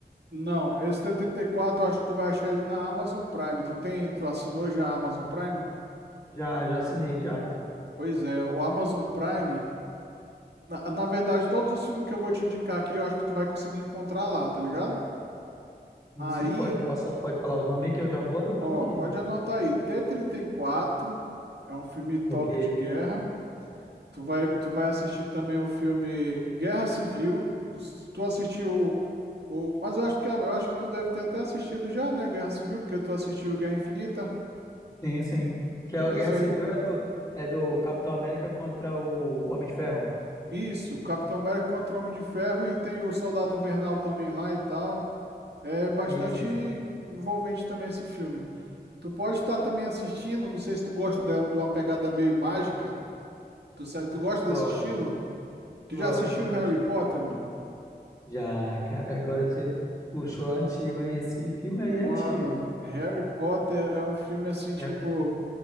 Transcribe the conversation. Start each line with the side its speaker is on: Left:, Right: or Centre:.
Right: não, esse T-34 trinta e quatro eu acho que tu vai achar ele na Amazon Prime. Tu tem, tu assinou já a Amazon Prime?
Left: Já, já assinei, já.
Right: Pois é, o Amazon Prime Na, na verdade, todos os filmes que eu vou te indicar aqui, eu acho que tu vai conseguir encontrar lá, tá ligado?
Left: E
Right: Aí,
Left: sim, pode passar, pode falar os nomes aí que eu já vou anotando
Right: ó,
Left: aqui
Right: pode
Left: já.
Right: anotar aí. T-34 é um filme top
Left: Ok.
Right: de guerra. Tu vai, tu vai assistir também o filme Guerra Civil. Dos- Tu assistiu o, mas eu acho que eu acho que tu deve ter até assistido já, né? Guerra Civil, porque tu assistiu Guerra Infinita.
Left: Sim, sim. Que é a
Right: Pois
Left: Guerra
Right: é,
Left: Civil é do, é do Capitão América contra o Homem de Ferro.
Right: isso, Capitão América contra o Homem de Ferro e tem o Soldado Invernal também lá e tal. É bastante
Left: Sim, sim, sim.
Right: envolvente também esse filme. Tu pode estar também assistindo, não sei se tu gosta de, um- de uma pegada meio mágica. Tu, se- tu gosta
Left: Gosto,
Right: desse estilo? Tu
Left: gosto,
Right: já assistiu
Left: gosto.
Right: Harry Potter, mano?
Left: Já, cara, agora você puxou antigo, hein? Esse filme
Right: Mano,
Left: aí é antigo.
Right: Harry Potter é um filme assim, tipo,
Left: É,